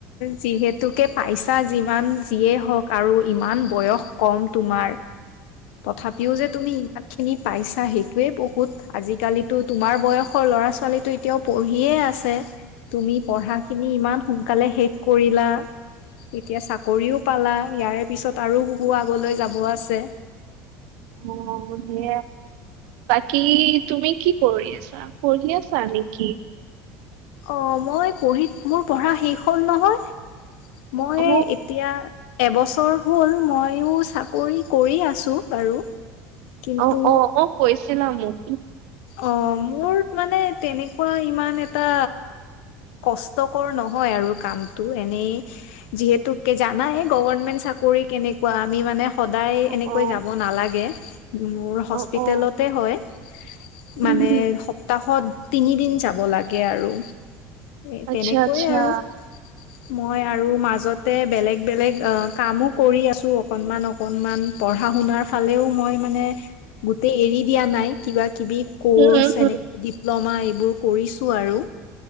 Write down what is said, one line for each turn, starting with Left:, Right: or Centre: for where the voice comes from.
Left: যিহেতুকে পাইছা যিমান যিয়ে হওঁক আৰু ইমান বয়স কম তোমাৰ তথাপিও যে তুমি ইমান খিনি পাইছা সেইটোৱে বহুত, আজিকালিতো তোমাৰ বয়সৰ ল'ৰা-ছোৱালী এতিয়াও পঢ়িয়ে আছে। তুমি পঢ়াখিনি ইমান সোনকালে শেষ কৰিলা এতিয়া চা চাকৰিও পালা ইয়াৰে পিছত আৰু বহু আগলৈ যাব আছে।
Right: অ' সেয়া। বাকী তুমি কি কৰি আছা? পঢ়ি আছা নেকি?
Left: অ' মই পঢ়ি মোৰ পঢ়া শেষ হ'ল নহয়। মই
Right: অ
Left: এতিয়া এবছৰ হ'ল মইয়ো চাকৰি কৰি আছোঁ বাৰু। কিন্তু
Right: অ', অ', অ', কৈছিলা মোক।
Left: অ, মোৰ মানে তেনেকুৱা ইমান এটা কষ্টকৰ নহয় আৰু কামটো এনেই যিহেতু কে জানাই গভৰ্ণমেণ্ট চাক কৰি কেনেকুৱা আমি মানে সদায়
Right: অ
Left: এনেকৈ
Right: অ
Left: যাব নালাগে মোৰ হস্পিতেলতে
Right: অ অ
Left: হয়। মানে
Right: উম
Left: সপ্তাহত তিনিদিন যাব লাগে আৰু। এ
Right: আচ্ছা
Left: তেনেকৈয়ে
Right: আচ্ছা
Left: আৰু। মই আৰু মাজতে বেলেগ-বেলেগ অ, কামো কৰি আছোঁ অকণমান-অকণমান পঢ়া পঢ়া-শুনাৰ ফালেও মই মানে গোটেই এৰি দিয়া নাই কিবা কিবি কৰ্চ
Right: উম উম উম
Left: এনে ডিপ্ল'মা এইবোৰ কৰিছোঁ আৰু